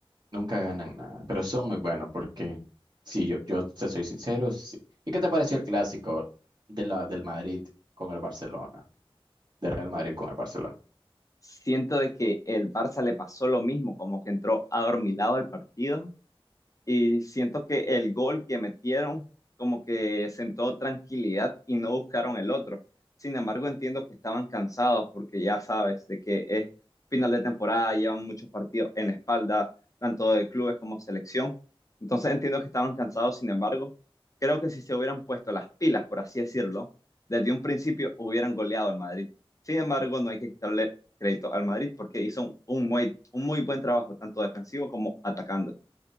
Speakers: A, on the right; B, on the left.
A: Nunca ganan nada, pero son muy buenos porque si yo yo te soy sincero, sí. ¿Y qué te pareció el clásico de la del Madrid con el Barcelona? de Real Madrid con el Barcelona.
B: Siento de que el Barça le pasó lo mismo, como que entró adormilado al partido Y siento que el gol que metieron como que sentó tranquilidad y no buscaron el otro. Sin embargo, entiendo que estaban cansados porque ya sabes de que es final de temporada, llevan muchos partidos en la espalda, tanto de clubes como selección. Entonces entiendo que estaban cansados, sin embargo, creo que si se hubieran puesto las pilas, por así decirlo, desde un principio hubieran goleado al Madrid. Sin embargo, no hay que quitarle crédito al Madrid porque hizo un un muy, un muy buen trabajo, tanto defensivo como atacando.